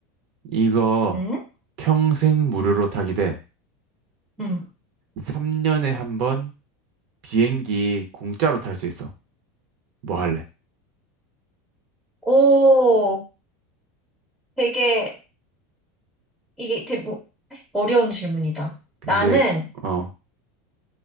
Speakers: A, on the right; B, in the centre.
A: 이거
B: 음.
A: 평생 무료로 타기 대
B: 응.
A: 3년에 한 번, 비행기 공짜로 탈 수 있어. 뭐 할래?
B: 오, 되게, 이게 되게 뭐- 어려운 질문이다.
A: 근데
B: 나는
A: 어,